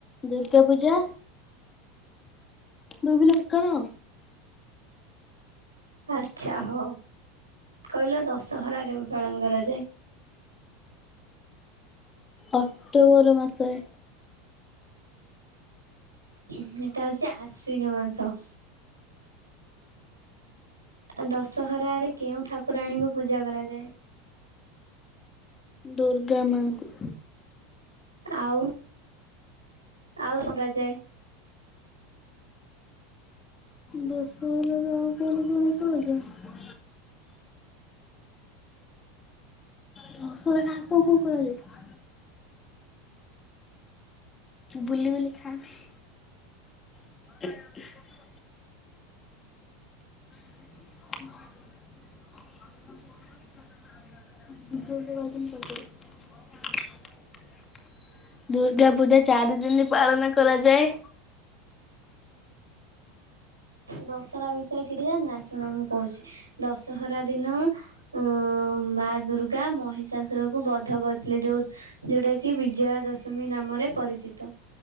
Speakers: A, on the left; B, on the right.
A: ଦୁର୍ଗା ପୂଜା ଭାବିଲି ଉତ୍କଳ
B: ଆଚ୍ଛା ହୋଉ କହିଲ ଦଶହରା କେବେ ପାଳନ କରାଯାଏ?
A: ଅକ୍ଟୋବର ମାସରେ।
B: ହୁଁ ଏଟା ହଉଛି ଆଶ୍ଵିନ ମାସ। ଆ ଦଶହରାରେ କେଉଁ ଠାକୁରାଣୀଙ୍କୁ ପୂଜା କରାଯାଏ?
A: ଦୁର୍ଗା ମାଙ୍କୁ।
B: ଆଉ, ଆଉ କ କରାଯାଏ?
A: ଦଶ ହଜାର ଆଉ କଣ କଣ <unintelligible> ଦଶହରା, ଆଉ କଣ କଣ କରାଯାଏ? ବୁଲିବୁଲି ଖାଆନ୍ତି। <unintelligible> <inaudible> ଦୁର୍ଗା ପୂଜା ଚାରି ଦିନି ପାଳନ କରାଯାଏ।
B: ଦଶହରା ବିଷୟରେ କିଛି ଜାଣିନା? ଶୁଣ ମୁଁ କହୁଛି। ଦଶହରା ଦିନ ହଁ, ମା ଦୁର୍ଗା ମହିଷାସୁର କୁ ବଧ କରିଥିଲେ। ଯୋଉ ଯୋଉଟା କି ବିଜୟା ଦଶମୀ ନାମରେ ପରିଚିତ।